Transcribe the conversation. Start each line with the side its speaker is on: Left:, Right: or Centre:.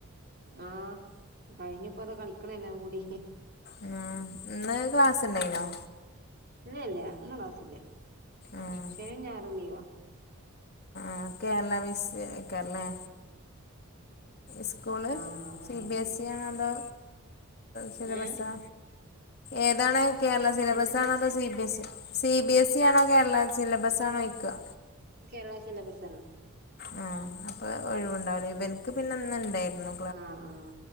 Right: ആഹ് കഴിഞ്ഞുപ്പതകളിക്ക്ണ്എല്ലാം കൂടി
Left: ഉംഇന്ന്ക്ലാസ്ണ്ടായ്നോ
Right: ഇല്ല്യേയ്ല ഇന്ന് ക്ലാസില്ല
Left: ആഹ്
Right: ശനിം ഞായറും ലീവാ
Left: ആകേരളവിസ് ആയിക്കാരലെ സ്കൂള്
Right: ആഹ് ബാക്കിണ്ട്
Left: സിബിഎസി ആണോഅതാ കേരള
Right: ഏഹ്
Left: ബസാ ഏതാണ് കേരള സിലബസാണോ
Right: എന്ത് ചോയിച്ച്
Left: അതോ CBS E C B S E ആണോ കേരള സിലബസ് ആണോ ചോയിക്ക
Right: കേരള സിലബസാ ന്നെ
Left: ആ അപ്പൊ ഒഴിവുണ്ടാവൂല ഇവൻക്ക് പിന്നെന്ന് ണ്ടെർന്ന്
Right: ആഹ് ആഹ്